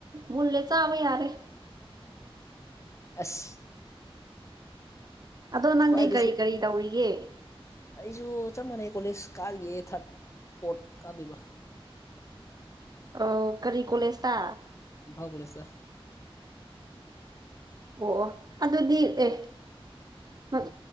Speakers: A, on the right (about 40°); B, on the left (about 30°).
A: ꯃ ꯂꯦ ꯆꯥꯕ ꯌꯥꯔꯦ
B: ꯑꯁ
A: ꯑꯗꯣ ꯅꯪꯗꯤ
B: ꯁ꯭ꯋꯥꯏꯗꯁꯨ
A: ꯀꯔꯤ ꯀꯔꯤ ꯇꯧꯔꯤꯒꯦ
B: ꯑꯩꯁꯨ ꯆꯞ ꯃꯥꯟꯅꯩ ꯀꯣꯂꯦꯖ ꯀꯥꯔꯤꯒꯦ ꯊꯥꯔꯠ ꯐꯣꯔꯠ ꯀꯥꯗꯣꯏꯕ
A: ꯑ ꯀꯔꯤ ꯀꯣꯂꯦꯖꯇ
B: ꯐꯥꯎ ꯂꯩ ꯁꯥ
A: ꯑꯣ ꯑꯗꯨꯗꯤ ꯑꯦ ꯎꯝ